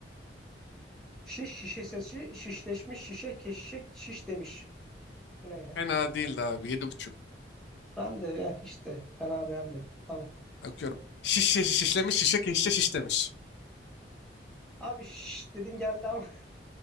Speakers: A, in the centre; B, on the left.
A: Şiş şişesi şişleşmiş şişe keşişe şiş demiş. Bu ne ya?
B: Fena değildi abi. yedi buçuk
A: Ben de eh işte fena beğenmedim. Tamam.
B: Bakıyorum. Şiş şiş şişlemiş şişe keşişe şiş demiş.
A: Abi şiş dedin geldi ama <laughs>